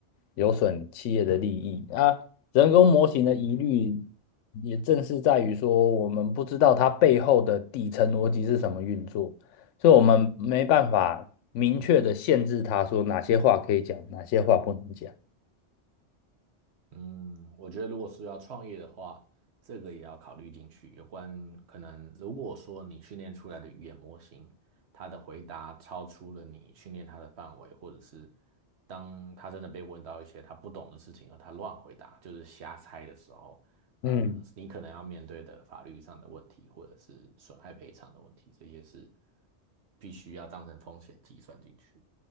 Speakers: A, on the left (about 90°); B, on the right (about 65°).
A: 有损企业的利益啊。人工模型的疑虑也正是在于说，我们不知道它背后的底层逻辑是什么运作。所以我们没办法明确的限制他说哪些话可以讲，哪些话不能讲。
B: 嗯，我觉得如果是要创业的话，这个也要考虑进去。有关可能，如果说你训练出来的语言模型，它的回答超出了你训练它的范围，或者是当他真的被问到一些他不懂的事情，而他乱回答，就是瞎猜的时候，
A: 嗯，
B: 呃，你可能要面对的法律上的问题，或者是损害赔偿的问题，这些是必须要当成风险计算进去。